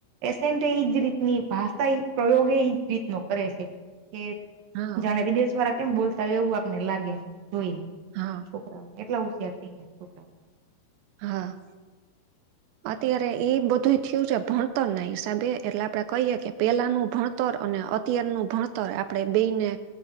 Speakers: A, on the right; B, on the right.
A: એસેન્ટ એજ રીતની ભાષા એ પ્રયોગ એજ રીતનો કરે છે. કે
B: હા
A: જાણે વિદેશ વારા કેમ બોલતા હોય એવું આપને લાગે જોઈન્
B: હા
A: છોકરાઓ એટલા હોશિયાર થઈ ગ્યા છોકરા
B: હા. ત્યારે એ બધુંય થયું છે, ભણતરના હિસાબે, એટલે આપડે કહીએ કે પેહલાનું ભણ તર અને અત્યારનું ભણતર આપણે બેયને